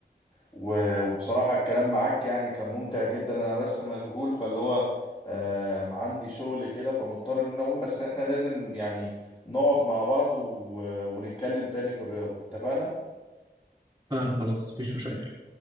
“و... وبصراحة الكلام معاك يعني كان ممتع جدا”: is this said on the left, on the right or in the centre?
Left